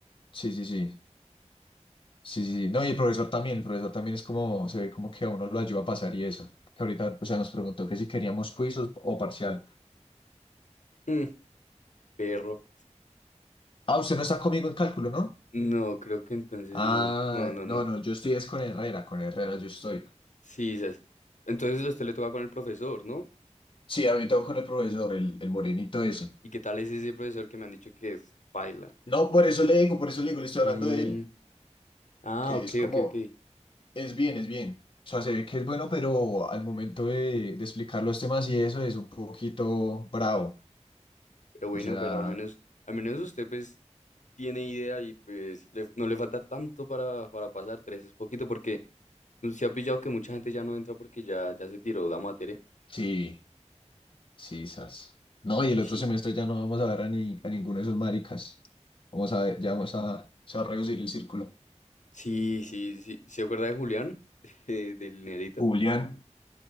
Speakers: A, on the left; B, on the left.
A: sí, sí, sí. Sí, sí, sí. No, y el profesor también, el profesor también es como, se ve como que a uno lo ayuda a pasar y eso. Que ahorita, o sea, nos preguntó que si queríamos quiz o, o parcial.
B: Mm, perro.
A: Ah, usted no está conmigo en cálculo, ¿no?
B: No, creo que entonces
A: Ah,
B: no. No, no,
A: no,
B: no.
A: no, yo estoy es con Herrera, con Herrera yo estoy.
B: Sí, esas. Entonces usted le toca con el profesor, ¿no?
A: Sí, a mí tengo con el profesor, el, el morenito ese.
B: ¿Y qué tal es ese profesor que me han dicho que es paila?
A: No, por eso le digo, por eso le digo, le estoy
B: Mm,
A: hablando de él,
B: ah,
A: que
B: ok,
A: es como,
B: ok, ok.
A: es bien, es bien. O sea, se ve que es bueno, pero al momento de, de explicar los temas y eso es un poquito bravo.
B: Pero bueno,
A: O sea,
B: pero al menos, al menos usted pues tiene idea y pues le- no le falta tanto para, para pasar tres, es poquito porque no se ha pillado que mucha gente ya no entra porque ya, ya se tiró la materia.
A: sí. Sí, sas. No, y el
B: Sí,
A: otro semestre ya no vamos a ver a, ni, a ninguno de esos maricas. Vamos a ver, ya vamos a, se va a reducir el círculo.
B: sí, sí, sí. ¿Se acuerda de Julián? <laughs> De- del nerito,
A: Julián,